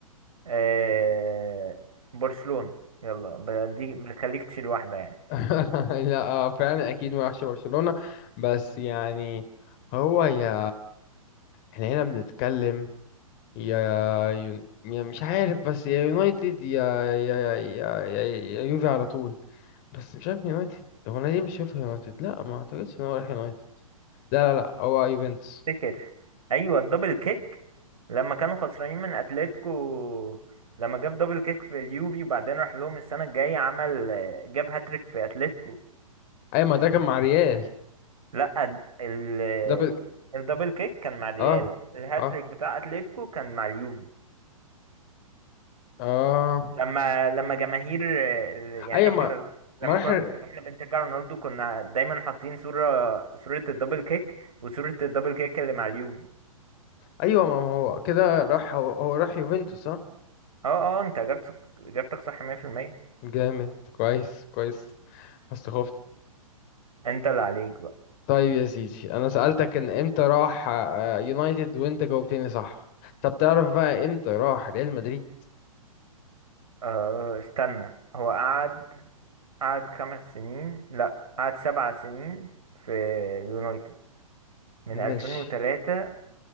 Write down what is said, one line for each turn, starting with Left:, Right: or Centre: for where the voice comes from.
Right: آه، برشلونة يلا بدي بخليك تشيل واحدة يعني
Left: <laughs> لا آه، فعلا اكيد ما راحش برشلونة بس يعني هو يا احنا هنا بنتكلم يا يا يا مش عارف بس يا يونايتد يا يا يا يا, يا يا يوفي على طول بس مش عارف يونايتد هو انا ليه مش شايفها يونايتد لا ما اعتقدش ان هو راح يونايتد لا لا لا هو يوفنتوس
Right: افتكر ايوه الدبل كيك لما كانوا خسرانين من اتلتيكو لما جاب دبل كيك في اليوفي وبعدين راح لهم السنه الجايه عمل جاب هاتريك في اتلتيكو
Left: ايوه ما ده كان مع ريال
Right: لا ال
Left: ده بال...
Right: الدبل كيك كان مع الريال
Left: اه
Right: الهاتريك
Left: اه
Right: بتاع اتلتيكو كان مع اليوفي
Left: اه
Right: لما لما جماهير يعني
Left: ايوه
Right: احنا
Left: ما
Right: لما
Left: ما راح
Right: كنا
Left: ال-
Right: احنا بنشجع رونالدو كنا دايما حاطين صوره صوره الدبل كيك وصوره الدبل كيك اللي مع اليوفي
Left: ايوه ما ما هو كده راح هو, هو راح يوفنتوس اه
Right: اه اه انت اجابتك اجابتك صح 100%
Left: جامد كويس كويس بس خفت
Right: انت اللي عليك بقى
Left: طيب يا سيدي انا سألتك ان امتى راح آه، يونايتد وانت جاوبتني صح طب تعرف بقى امتى راح ريال مدريد
Right: أه استنى هو قعد قعد خمس سنين لا قعد سبع سنين في اليونايتد من
Left: ماشي
Right: 2003